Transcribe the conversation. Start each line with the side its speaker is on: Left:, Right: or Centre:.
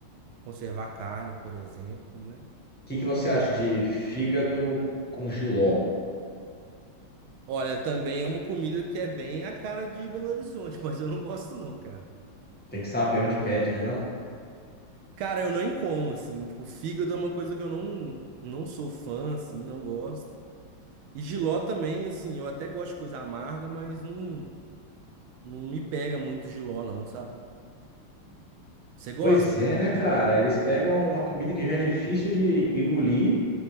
Right: a conservar a carne, por exemplo, né?
Centre: que que você acha de fígado com jiló?
Right: Olha, também é uma comida que é bem a cara de Belo Horizonte, <laughs> mas eu não gosto não, cara.
Centre: Tem que saber onde pede, né, não?
Right: Cara, eu nem como, assim, tipo, fígado é uma coisa que eu não, não sou fã, assim, não gosto. E jiló também, assim, eu até gosto de coisa amarga, mas não, não me pega muito jiló não, sabe? Você gosta?
Centre: Pois é, né, cara? Eles pegam uma comida que já é difícil de engolir